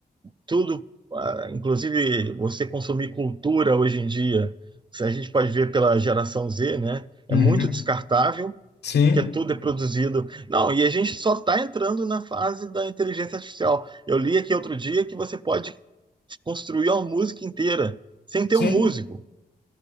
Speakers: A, on the right; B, on the left.
A: tudo, ah, inclusive você consumir cultura hoje em dia, se a gente pode ver pela geração Z, né? É
B: Uhum.
A: muito descartável,
B: Sim,
A: que é tudo é produzido. Não, e a gente só está entrando na fase da inteligência artificial. Eu li aqui outro dia que você pode construir uma música inteira sem ter
B: sim.
A: um músico,